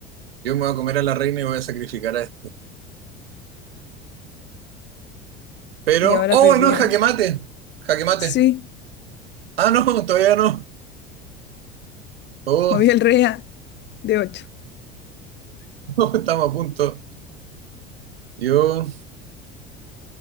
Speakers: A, on the right (about 65°); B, on the left (about 35°).
A: Yo me voy a comer a la reina y voy a sacrificar a este. Pero.
B: Y ahora
A: ¡Oh,
B: perdí,
A: no! Jaque
B: ¿o no?
A: mate. Jaque mate.
B: Sí,
A: Ah, no, <laughs> todavía no. Oh,
B: moví el rey a d ocho.
A: <laughs> no, estamos a punto. Yo.